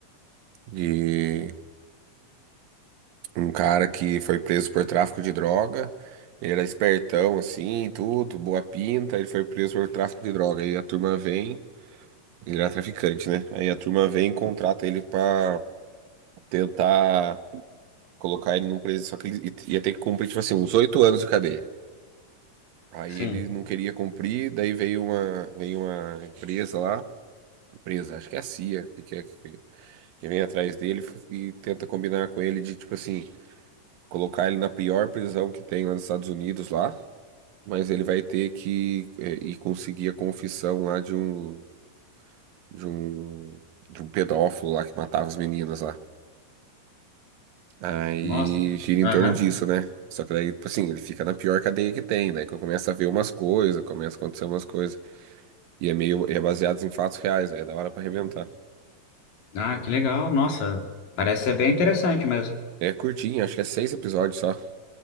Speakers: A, on the right; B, on the left.
A: de um cara que foi preso por tráfico de droga. Ele era espertão, assim, tudo, boa pinta. Ele foi preso por tráfico de droga. Aí a turma vem. Ele era traficante, né? Aí a turma vem e contrata ele pra tentar. Colocar ele num preso, só que ele ia ter que cumprir, tipo assim, uns oito anos de cadeia. Aí
B: Sim.
A: ele não queria cumprir, daí veio uma, veio uma empresa lá, empresa, acho que é a CIA, que, que, é- que, que vem atrás dele e tenta combinar com ele de, tipo assim, colocar ele na pior prisão que tem lá nos Estados Unidos lá, mas ele vai ter que é, ir conseguir a confissão lá de um, de um, de um pedófilo lá que matava as meninas lá. Aí
B: Nossa.
A: gira em
B: Aham.
A: torno disso, né? Só que daí, tipo assim, ele fica na pior cadeia que tem, daí que eu começo a ver umas coisas, começa a acontecer umas coisas. E é meio, é baseado em fatos reais, aí é da hora pra arrebentar.
B: Ah, que legal. Nossa, parece ser bem interessante mesmo.
A: É curtinho, acho que é seis episódios só.